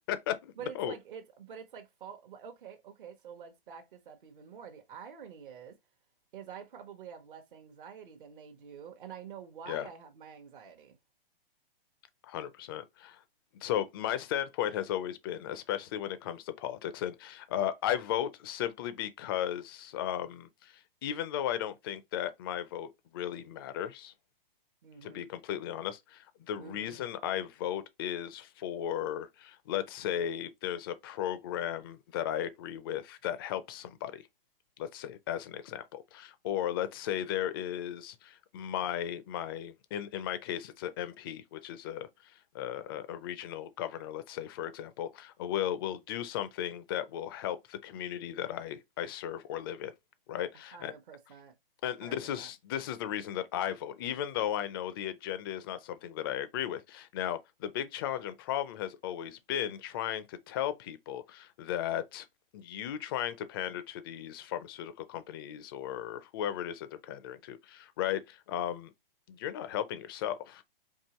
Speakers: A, on the left; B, on the right.
A: <laughs>
B: But
A: No.
B: it's like it's but it's like fault. like, Okay, okay, so let's back this up even more. The irony is is I probably have less anxiety than they do, and I know why
A: Yeah,
B: I have my anxiety.
A: 100%. So my standpoint has always been, especially when it comes to politics, and uh, I vote simply because um, even though I don't think that my vote really matters,
B: Mm-hmm.
A: to be completely honest. The
B: Mm-hmm.
A: reason I vote is for, let's say, there's a program that I agree with that helps somebody, let's say, as an example. Or let's say there is my my in in my case, it's a MP, which is a a, a regional governor, let's say, for example, will will do something that will help the community that I I serve or live in. Right.
B: 100%.
A: A- and
B: 100%.
A: this is this is the reason that I vote, even though I know the agenda is not something that I agree with. Now, the big challenge and problem has always been trying to tell people that you trying to pander to these pharmaceutical companies or whoever it is that they're pandering to, right? Um, you're not helping yourself,